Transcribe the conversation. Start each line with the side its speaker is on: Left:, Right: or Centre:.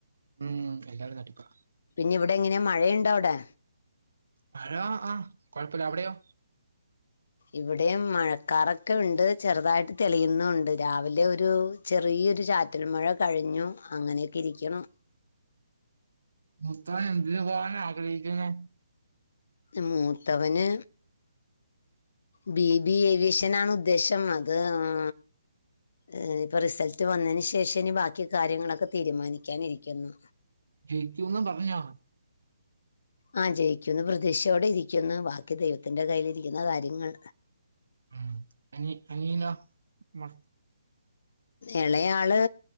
Right: ഉം എല്ലാവരും തട്ടിപ്പ
Left: പിന്നിവിടെ എങ്ങനെയാ മഴയുണ്ടോ അവിടെ
Right: മഴ ആഹ് കൊഴപ്പല്ല അവിടെയോ
Left: ഇവിടെയും മഴക്കാറൊക്കെ ഉണ്ട് ചെറുതായിട്ട് തെളിയുന്നു ഉണ്ട് രാവിലെ ഒരു ചെറിയൊരു ചാറ്റൽ മഴ കഴിഞ്ഞു. അങ്ങനെയൊക്കെ ഇരിക്കണം
Right: മൂത്തവൻ എന്തിന് പോവാന ആഗ്രഹിക്കുന്നെ
Left: മൂത്തവന് ബി ബി ഏവിയേഷനാണ് ഉദ്ദേശം അത് ഉം ഈഹ് ഇപ്പ റിസൾട്ട് വന്നതിന് ശേഷ ഇനി ബാക്കി കാര്യങ്ങളൊക്കെ തീരുമാനിക്കാനിരിക്കുന്നു
Right: ജയിക്കൂന്ന് പറഞ്ഞോ
Left: ആ ജയിക്കുന്നു പ്രതീക്ഷയോടെ ഇരിക്കുന്നു ബാക്കി ദൈവത്തിൻറെ കയ്യിലിരിക്കുന്ന കാര്യങ്ങൾ
Right: ഉം അനി അനിയനോ മ്മടെ
Left: എളേയാള്